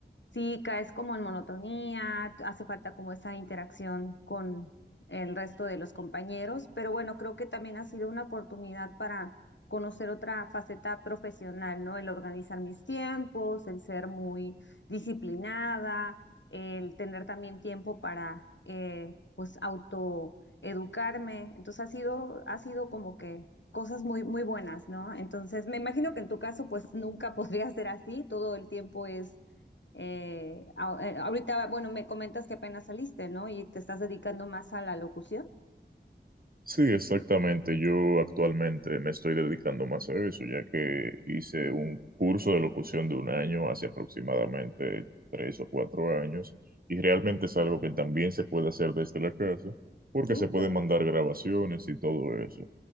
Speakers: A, on the left; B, on the right.
A: sí caes como en monotonía, t- hace falta como esa interacción con el resto de los compañeros, pero bueno, creo que también ha sido una oportunidad para conocer otra faceta profesional, ¿no? El organizar mis tiempos, el ser muy disciplinada, el tener también tiempo para, eh, pues, autoeducarme. Entonces ha sido, ha sido como que cosas muy, muy buenas, ¿no? Entonces, me imagino que en tu caso, pues nunca <laughs> podría ser así, todo el tiempo es, eh, a- eh, ahorita, bueno, me comentas que apenas saliste, ¿no? Y te estás dedicando más a la locución.
B: Sí, exactamente. Yo actualmente me estoy dedicando más a eso, ya que hice un curso de locución de un año hace aproximadamente tres o cuatro años, y realmente es algo que también se puede hacer desde la casa, porque
A: Súper.
B: se pueden mandar grabaciones y todo eso.